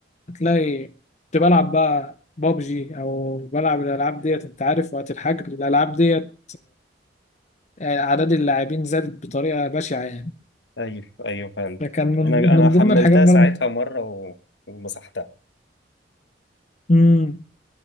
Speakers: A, on the left; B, on the left.
A: هتلاقي كنت بلعب بقى بابجي او بلعب الالعاب ديت انت عارف وقت الحجر الالعاب ديت آه، اعداد اللاعبين زادت بطريقه بشعه يعني
B: أيوه أيوه فعلا
A: فكان من
B: أنا
A: من
B: أنا حملتها
A: ضمن الحاجات برضه
B: ساعتها مرة و... ومسحتها
A: امم